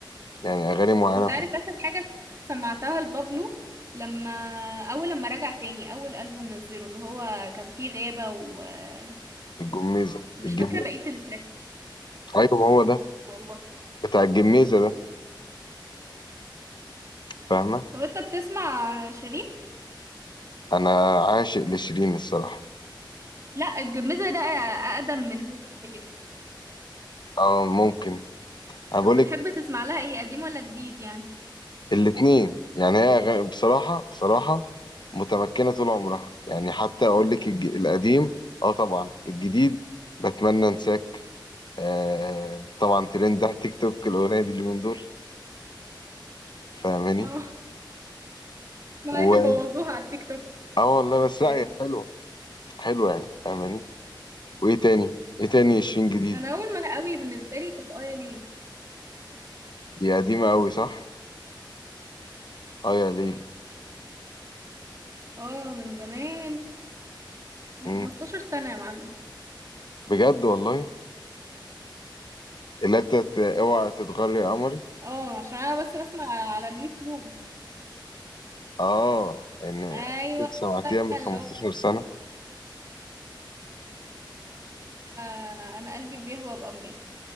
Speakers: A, on the left (about 65°); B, on the right (about 40°).
A: يعني أغاني معينة
B: انت
A: بحب
B: عارف آخر حاجة سمعتها لبابلو لما أول لما رجع تاني أول ألبوم نزله اللي هو كان فيه غابة ومش
A: الجميزة الجميزة
B: فاكرة بقية التراكات
A: أيوة ما هو ده
B: والله
A: بتاع الجميزة ده فاهمة
B: طب انت بتسمع شيرين؟
A: أنا عاشق لشيرين الصراحة
B: لا الجميزة ده أقدم من طيب.
A: أه ممكن أنا
B: طب
A: بقولك
B: بتحب تسمع لها ايه قديم ولا جديد يعني
A: الاتنين يعني هي أغاني بصراحة بصراحة متمكنة طول عمرها يعني حتى أقول لك الج- القديم أه طبعا الجديد بتمنى أنساك آه طبعا ترند على تيك توك الأغنية دي اليومين دول فاهماني
B: اه مع
A: و
B: ان بوظوها على التيك توك
A: اه والله بس
B: يعني
A: لا هي حلوة حلوة يعني فاهماني وايه تاني ايه تاني عشرين جديد
B: انا اول ما قوي بالنسبه لي كانت ايا لين
A: دي قديمة قوي صح اه يا ليل
B: اه من زمان من
A: مم.
B: 15 سنه يا معلم
A: بجد والله اللي انت ت- اوعى تتغري يا قمري
B: اه عشان انا بس بسمع على اليوتيوب
A: اه ان
B: ايوه
A: سمعتيها من
B: اللي
A: 15
B: هو
A: سنة
B: آه، انا قلبي بيهوى بامري